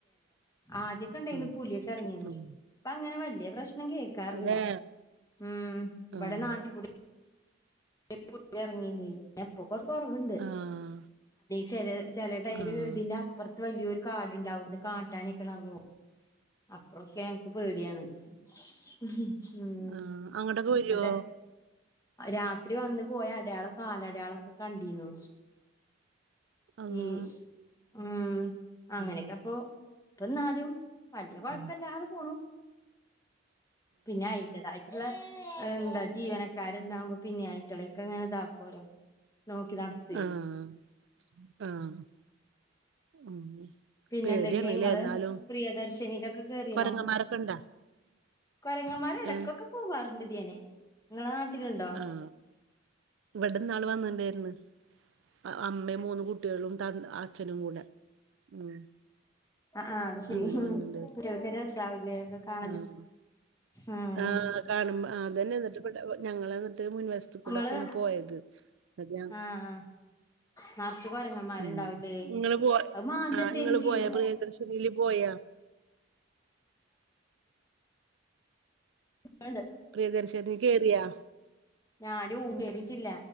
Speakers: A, on the left (about 20°); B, on the right (about 70°).
A: ആദ്യക്കെ ഇണ്ടായിന്ന്
B: ഉം
A: പുലിയൊക്കെ ഇറങ്ങിനു
B: ഉം
A: ഇപ്പ അങ്ങനെ വലിയ പ്രശ്നം കേൾക്കാറില്ല
B: അതെ
A: മ് ഇവിടെ
B: ആഹ്
A: നാട്ടി ക്കൂടെ <unintelligible> എപ്പൊ കുറച്ച് കുറവുണ്ട്
B: ആഹ്
A: ചില ചിലടൈൽ
B: ആഹ്
A: ഇതിന്റെ അപ്പുറ വലിയൊരു കാട്ണ്ട് അവിടുന്ന് കാട്ടാനൊക്കെറങ്ങും അപ്പഴൊക്കെ പ്പ പേടിയാണ് മ്മ്
B: ആഹ് അങ്ങട്ടൊക്കെ വരോ
A: എന്നിട്ട് ആ രാത് ത്രി വന്ന് പോയ അടയാള കാലടയാളൊക്കെ കണ്ടിന്നു
B: അള്ളാ
A: ഈ ഉം അങ്ങനെക്കെ
B: ഉം
A: അപ്പൊ ഇപ്പന്നാലും വലിയ കൊഴപ്പല്ലാതെ
B: ഉം
A: പോണു പിന്നെ അയിന്റെതായ എന്താ ജീവനക്കാരണ്ടാവുമ്പോ പിന്നെ ആയിറ്റളെ ക്ക ങ്ങനെ ഇതാകോലോ നോക്കി നടത്തുവെ
B: ആഹ് ആഹ് ഉം
A: പിന്നെന്തൊക്കെയാ
B: പേടിയാണ്ല്ലേ
A: ഇങ്ങള്
B: എന്നാലും
A: പ്രിയദർശിനയിലൊക്കെ കേറിന്നോ
B: കൊരങ്ങന്മാരൊക്കെ ഇണ്ടാ
A: കൊരങ്ങന്മാര ഇടക്കൊക്കെ
B: ഏഹ്
A: പോവാറുണ്ട് ദിനെ നിങ്ങളെ നാട്ടിലുണ്ടോ
B: ആ ഇവിടന്നാള് വന്നോണ്ടായിര്ന്ന് അഅമ്മയും മൂന്ന് കുട്ടിയളും തന്അച്ഛനും കൂടെ ഉം
A: ആ ആ അത് ശരി
B: അങ്ങനെ വന്നിണ്ടായിരുന്നു
A: കുട്ട്യാൾക്ക് ഒര് രസാവില്ലേ അതൊക്കെ കാണല്
B: ആഹ്
A: ഉം
B: ആഹ് കാണുമ്പ അതെന്നെ ഇവിടെ ഞങ്ങൾ എന്നിട്ട് മുൻ വശത്ത്കൂടൊക്കെയാണ്
A: ഇങ്ങള്
B: പോയത്. ന്നിട്ട് ഞ
A: ആ ആ നറച്ച് കൊരങ്ങന്മാരുണ്ടാവൂലേ
B: ഉ നിങ്ങള് പോയ
A: അത് മാന്ത
B: ആ്
A: എന്തേലും
B: നിങ്ങള്
A: ചെയ്യോ
B: പോയ പ്രിയ ദർശിനിയിൽ പോയാ
A: ആണ്ട്
B: പ്രിയദർശിനിയിൽ കയറിയാ
A: ഞാനും കേറിറ്റില്ല,